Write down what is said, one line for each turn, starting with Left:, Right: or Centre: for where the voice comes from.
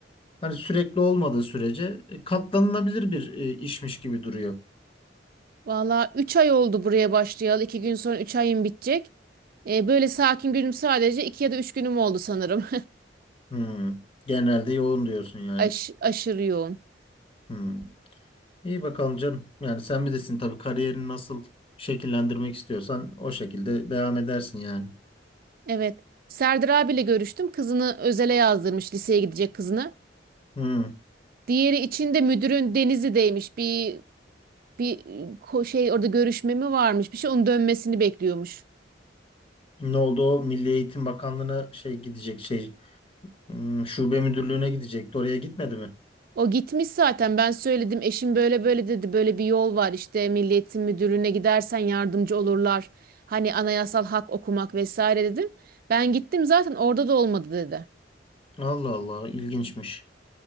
Left: Hani sürekli olmadığı sürece e, katlanılabilir bir e, işmiş gibi duruyor.
Right: Valla üç ay oldu buraya başlayalı. 2 gün sonra 3 ayım bitecek. E, böyle sakin günüm sadece iki ya da üç günüm oldu sanırım.
Left: Hmm. Genelde yoğun diyorsun
Right: <laughs>
Left: yani.
Right: Aş aşırı yoğun.
Left: Hmm. İyi bakalım canım. Yani sen bilirsin tabii kariyerini nasıl şekillendirmek istiyorsan o şekilde devam edersin yani.
Right: Evet. Serdar abiyle görüştüm. Kızını özele yazdırmış. Liseye gidecek kızını.
Left: Hmm.
Right: Diğeri için de müdürün Denizli'deymiş. Bir bir e, ko- şey orada görüşme mi varmış bir şey onun dönmesini bekliyormuş.
Left: Ne oldu o Milli Eğitim Bakanlığı'na şey gidecek şey hmm, şube müdürlüğüne gidecekti. Oraya gitmedi mi?
Right: O gitmiş zaten ben söyledim eşim böyle böyle dedi böyle bir yol var işte Milli Eğitim Müdürlüğü'ne gidersen yardımcı olurlar. Hani anayasal hak okumak vesaire dedim. Ben gittim zaten orada da olmadı dedi.
Left: Allah Allah ilginçmiş.